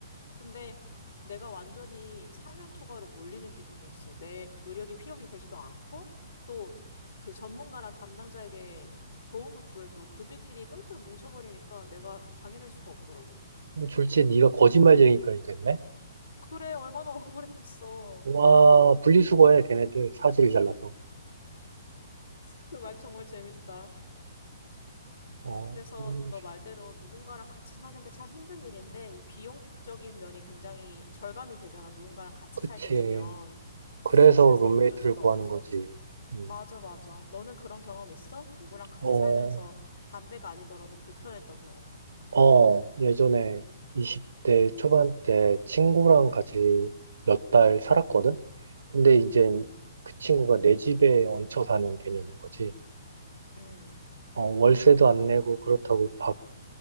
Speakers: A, on the left (about 85°); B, on the right (about 80°).
A: 근데 내가 완전히 사면 초과로 몰리는 기분이었어. 내 의력이 필요하게 되지도 않고 또 그 전문가나 담당자에게 도움을 구해도 그들끼리 똘똘 뭉쳐버리니까 내가 당해낼 수가 없더라고.
B: 그럼 졸지에 네가 거짓말쟁이까지 됐네?
A: 그래, 얼마나 <laughs> 억울했겠어.
B: 와, 분리수거해, 걔네들. 사지를 잘라서.
A: 그 말 정말 재밌다.
B: 어,
A: 그래서
B: 음,
A: 너 말대로 누군가랑 같이 사는 게 참 힘든 일인데 이 비용적인 면이 굉장히 절감이 되잖아. 누군가랑 같이
B: 그치.
A: 살게 되면.
B: 그래서
A: 그래서
B: 룸메이트를
A: 어쩔 수가
B: 구하는
A: 없어.
B: 거지. 음.
A: 맞아, 맞아. 너는 그런 경험 있어? 누구랑 같이
B: 어,
A: 살면서 담배가 아니더라도 불편했던 경험.
B: 어, 예전에 20대 초반 때 친구랑 같이 몇 달 살았거든? 근데 이제 그 친구가 내 집에 얹혀 사는 개념인 거지.
A: 음.
B: 어, 월세도 안 내고 그렇다고 밥,